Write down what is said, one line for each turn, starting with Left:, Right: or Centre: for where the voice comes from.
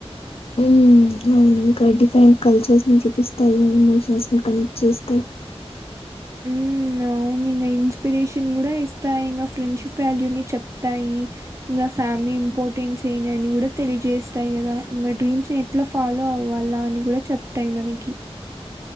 Left: హ్మ్ అవును ఇంకా డిఫరెంట్ కల్చర్స్ ని చూపిస్తాయి ఎమోషన్స్ ని కనెక్ట్ చేస్తాయి
Right: హ్మ్. అవును ఇంక ఇన్స్పిరేషన్ కూడా ఇస్తాయి ఇంకా ఫ్రెండ్షిప్ వాల్యూని చెప్తాయి ఇంకా ఫ్యామిలీ ఇంపార్టెన్స్ ఏనా అని కూడా తెలియజేస్తాయి కదా ఇంకా డ్రీమ్స్ ఎట్ ఎట్లా ఫాలో అవ్వాలా అని కూడా చెప్తాయి మనకి